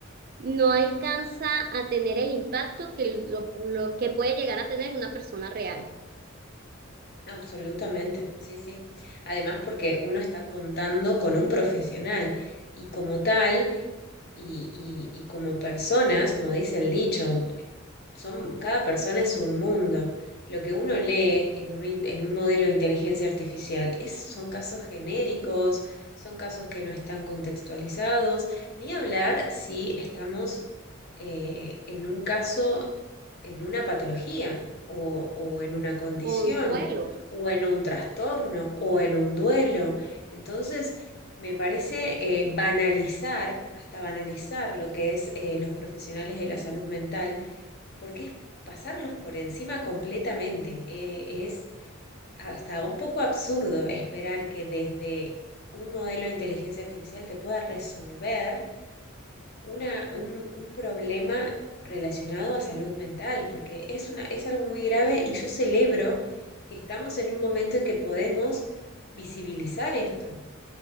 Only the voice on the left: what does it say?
Absolutamente, sí, sí. Además, porque uno está contando con un profesional y como tal, y, y, y como personas, como dice el dicho, son, cada persona es un mundo. Lo que uno lee en un, in- en un modelo de inteligencia artificial es, son casos genéricos, son casos que no están contextualizados, ni hablar si estamos eh, en un caso, en una patología o, o en una condición
o en un trastorno o en un duelo. Entonces, me parece eh, banalizar, hasta banalizar lo que es eh, los profesionales de la salud mental porque es pasarlos por encima completamente. Eh, es hasta un poco absurdo esperar que desde un modelo de inteligencia artificial te pueda resolver una, un, un problema relacionado a salud mental, porque es una, es algo muy grave y yo celebro que estamos en un momento en que podemos visibilizar esto